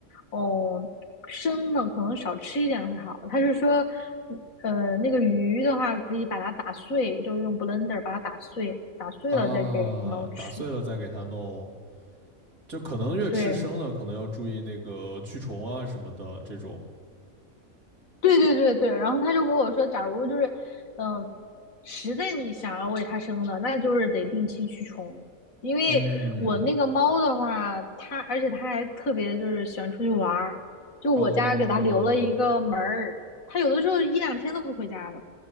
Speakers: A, on the left (about 70°); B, on the right (about 80°).
A: 哦，生的可能少吃一点会好。他就说，呃，那个鱼的话可以把它打碎，就是用 blender 把它打碎，打碎了再给猫吃。
B: 啊，打碎了再给它弄，就可能越吃生的，
A: 对，
B: 可能要注意那个驱虫啊什么的这种。
A: 对对对对，然后他就跟我说，假如就是，嗯、实在你想要为它生的，那就是得定期驱虫。因为我那个猫的话，
B: 嗯，
A: 它而且它还特别就是喜欢出去玩儿，就我家给它留了一个门儿，
B: 哦，
A: 它有的时候一两天都不回家的。